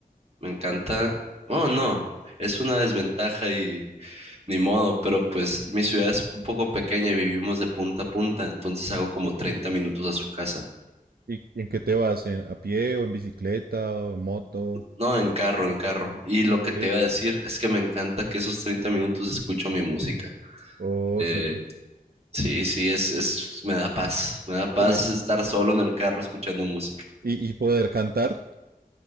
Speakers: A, on the right; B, on the right.
A: me encanta, oh no, es una desventaja y ni modo, pero pues mi ciudad es un poco pequeña y vivimos de punta a punta, entonces hago como 30 minutos a su casa.
B: ¿Y en qué te vas? ¿En, a pie o en bicicleta o en moto?
A: No, en carro, en carro. Y lo
B: Ok.
A: que te iba a decir es que me encanta que esos 30 minutos escucho mi música.
B: Oh,
A: Eh,
B: su-
A: Sí, sí, es, es, me da paz, me da paz
B: bueno, ¿Y,
A: estar solo en el carro escuchando música.
B: y- poder cantar?